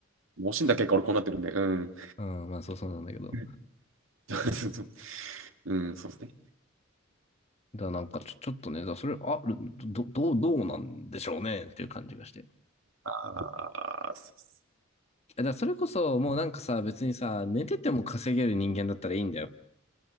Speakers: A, on the right; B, on the left.
A: もしんだ結果俺こうなってるんで、うん。
B: うん、まあそうそうなんだけど。
A: <laughs> そうそううん、そうですね。
B: だからなんかちょ、ちょっとね、だからそれ、あ、ど、どう、どうなんでしょうねっていう感じがして。
A: ああ、そうっす
B: だからそれこそ、もうなんかさ、別にさ、寝てても稼げる人間だったらいいんだよ。